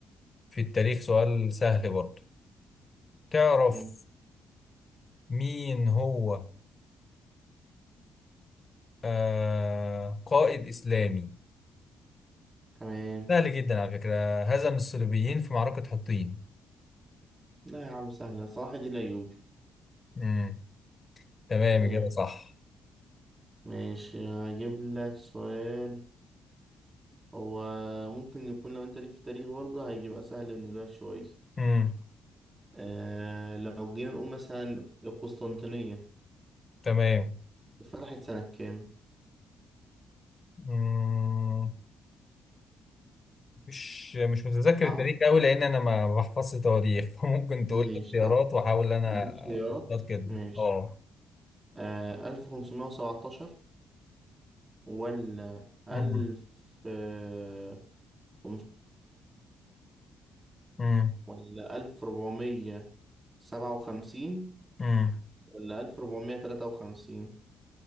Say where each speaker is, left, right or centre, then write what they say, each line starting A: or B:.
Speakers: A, on the left; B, on the right.
A: في التاريخ سؤال سهل برضو تعرف
B: مم.
A: مين هو آه قائد إسلامي
B: تمام
A: سهل جدا على فكرة هزم الصليبيين في معركة حطين
B: لا يا عم سهلة صح دي الأيوبي
A: مم. تمام
B: جامد
A: إجابة صح
B: ماشي هجيب لك سؤال هو ممكن يكون لو أنت ليك في التاريخ برضه هيبقى سهل بالنسبة لك شوية
A: مم.
B: آه لو جينا نقول مثلا القسطنطينية
A: تمام
B: اتفتحت سنة كام؟
A: مم. مش مش متذكر
B: صح؟
A: التاريخ قوي لان انا ما ما بحفظش تواريخ <laughs> فممكن تقول
B: ماشي
A: لي اختيارات
B: طب
A: واحاول انا
B: هديك خيارات
A: اختار كده
B: ماشي
A: اه
B: آه 1517 ولا 1515
A: أمم، أمم،
B: ولا 1457
A: أمم.
B: ولا 1453